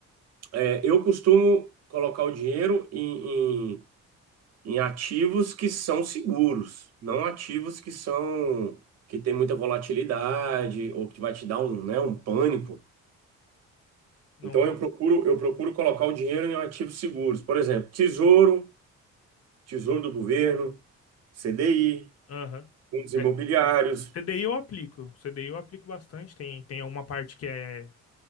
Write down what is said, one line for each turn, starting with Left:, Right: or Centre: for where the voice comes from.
Right: é, eu costumo colocar o dinheiro em em ativos que são seguros, não ativos que são que tem muita volatilidade ou que vai te dar um, né, um pânico.
Left: Não,
Right: Então
Left: sim.
Right: eu procuro eu procuro colocar o dinheiro em ativos seguros, por exemplo, tesouro, tesouro do governo, CDI,
Left: Aham.
Right: fundos imobiliários.
Left: É, CDI eu aplico. CDI eu aplico bastante. Tem, tem uma parte que é,